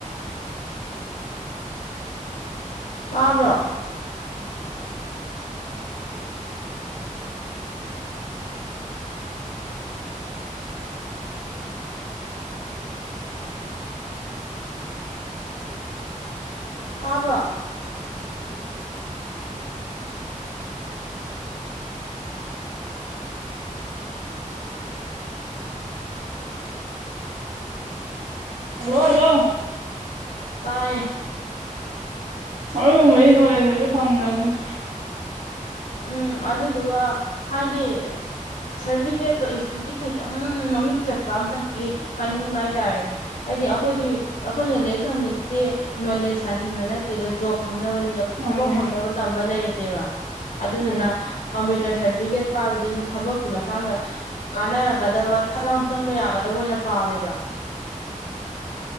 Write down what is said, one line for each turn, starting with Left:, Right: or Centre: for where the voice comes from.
Left: ꯇꯥꯕ꯭ꯔꯣ ꯇꯥꯕ꯭ꯔ
Right: ꯍꯜꯂꫭ ꯍꯜꯂꫭ
Left: ꯇꯥꯏꯌꯦ
Right: ꯑꯗꯨꯝꯕꯩꯗꯤ ꯅꯣꯂꯦꯁ ꯀꯩꯁꯨ ꯐꯪꯗꯝꯅꯤꯗ
Left: ꯎꯝ ꯑꯗꯨꯗꯨꯒ ꯍꯥꯏꯗꯤ ꯁꯥꯔꯇꯤꯐꯤꯀꯦꯠꯇꯣ ꯏꯟꯁꯇꯤꯇ꯭ꯌꯨꯠ ꯈꯩꯇꯪ ꯃꯃꯤꯡ ꯆꯠꯄ ꯑꯝꯇꯪꯀꯤ ꯄꯥꯏꯅꯤꯡꯕ ꯍꯥꯏꯇꯥꯔꯦ ꯍꯥꯏꯗꯤ ꯑꯩꯈꯣꯏꯒꯤ ꯑꯩꯈꯣꯏꯅ ꯂꯥꯏꯔꯤꯛ ꯊꯝꯃꯤꯁꯤꯗꯤ ꯅꯣꯂꯦꯖ ꯇꯥꯟꯁꯤꯟꯕ ꯅꯠꯇꯦꯗ ꯖꯣꯕ ꯐꯪꯅꯕꯗ
Right: ꯑꯗꯨꯅꯦ
Left: ꯊꯕꯛ ꯐꯪꯅꯕ ꯇꯝꯕ ꯂꯥꯏꯔꯤꯛꯅꯦꯕ ꯑꯗꯨꯗꯨꯅ
Right: ꯎꯝ
Left: ꯀꯝꯄ꯭ꯌꯨꯇꯔ ꯁꯥꯔꯇꯤꯐꯤꯀꯦꯠ ꯄꯥꯏꯕꯗꯨꯁꯨ ꯊꯕꯛꯀꯤ ꯃꯇꯥꯡꯗ ꯀꯥꯟꯅꯔꯛꯀꯗꯕ ꯐꯠꯂꯥꯎ ꯆꯪꯕ ꯌꯥꯒꯗꯕ ꯑꯣꯏꯅ ꯄꯥꯝꯃꯦꯕ